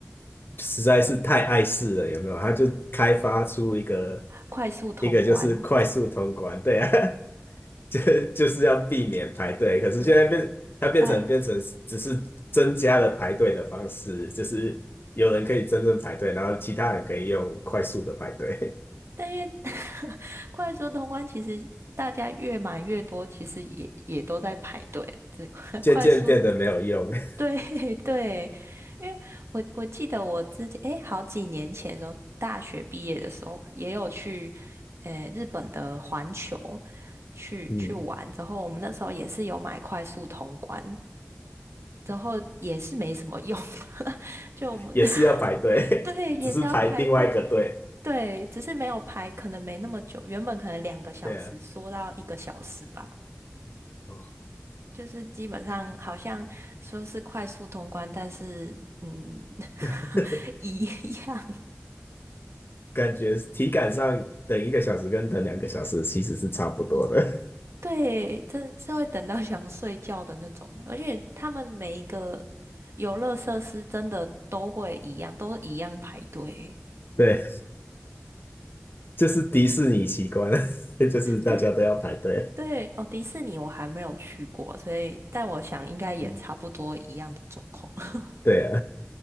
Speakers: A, on the left; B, on the right.
A: 实在是太碍事了，有没有？他就开发出一个
B: 快速通关，
A: 一个就是快速通关，对啊，<laughs> <laughs> 就就是要避免排队。可是现在变，它变成变成只是增加了排队的方式，
B: 但
A: 就是有人可以真正排队，然后其他人可以用快速的排队，
B: 但因为 <laughs> 快速通关其实大家越买越多，其实也也都在排队。这快
A: 渐渐变得没有用，
B: <laughs> 快速
A: <laughs>
B: 对 <laughs> 对，因为我我记得我自己诶，好几年前的时候，大学毕业的时候吧也有去诶日本的环球去去玩，
A: 嗯，
B: 之后我们那时候也是有买快速通关，然后也是没什么用，<laughs> 就我们
A: 也是要排队，
B: <laughs> 对也是要排队，
A: 只是排另外一个队。
B: 对，只是没有排，可能没那么久，原本可能两个小时缩到一个小时吧。
A: 对啊，哦，
B: 就是基本上好像说是快速通关，但是嗯，<laughs>
A: <laughs>
B: 一样。
A: 感觉体感上等一个小时跟等两个小时其实是差不多的。<laughs>
B: 对，这是会等到想睡觉的那种，而且他们每一个游乐设施真的都会一样，都一样排队。
A: 对，就是迪士尼奇观，<laughs> 就是大家都要排队。
B: 对对，哦，迪士尼我还没有去过，所以但我想应该也差不多一样的状况。
A: 嗯
B: <laughs>
A: 对啊。